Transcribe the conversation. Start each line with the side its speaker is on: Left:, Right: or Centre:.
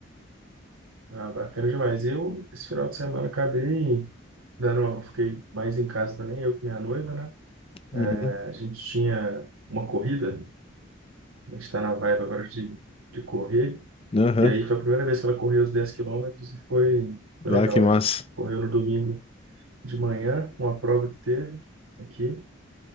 Right: Ah, bacana demais. Eu, esse final de semana, acabei dando, uma- fiquei mais em casa também, eu com minha noiva, né?
Left: Uhum.
Right: É, A gente tinha uma corrida, a gente está na vibe agora de, de correr,
Left: Aham.
Right: e aí foi a primeira vez que ela correu os 10 quilômetros e foi, foi
Left: Ah,
Right: legal.
Left: que massa.
Right: A gente correu no domingo de manhã, uma prova que teve aqui,